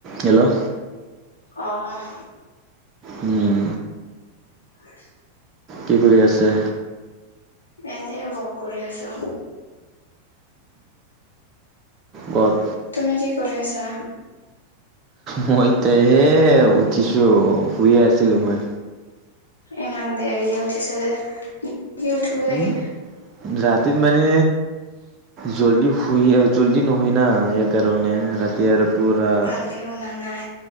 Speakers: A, on the right; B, on the left.
A: হেল্ল'।
B: অহ।
A: উম।
B: <unintelligible>
A: কি কৰি আছে?
B: এনে ৱক কৰি আছোঁ।
A: ক'ত
B: তুমি কি কৰি আছা?
A: মই, এতিয়া এই, উঠিছোঁ। শুই আছিলোঁ মই।
B: ইমান দেৰিকে উঠিছা যে? দেৰিকে উঠিব লাগে
A: উম, ৰাতিত মানে জল্দি। শুইয়ে জদি নহয় না ইয়াৰ কাৰণে, ৰাতি আৰু পুৰা
B: ভালকে শুনা নাই